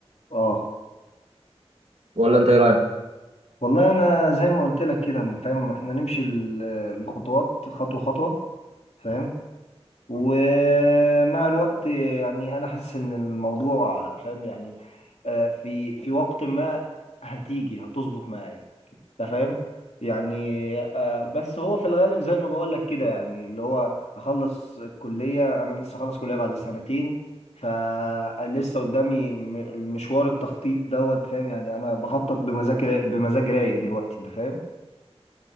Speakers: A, on the left (about 85°); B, on the right (about 80°).
A: اه
B: ولا انت ايه رايك
A: والله انا زي ما قلت لك كده فاهم احنا نمشي ال- الخطوات خطوه خطوه فاهم ومع الوقت يعني انا حاسس ان الموضوع فاهم يعني آه، في في وقت ما هتيجي هتظبط معايا انت فاهم يعني آه، بس هو في الغالب زي ما بقول لك كده يعني اللي هو هخلص الكليه انا لسه خلص كليه بعد سنتين فلسه قدامي م- المشوار التخطيط دوت فاهم يعني انا بخطط بمزاج را- بمزاج رايق دلوقتي انت فاهم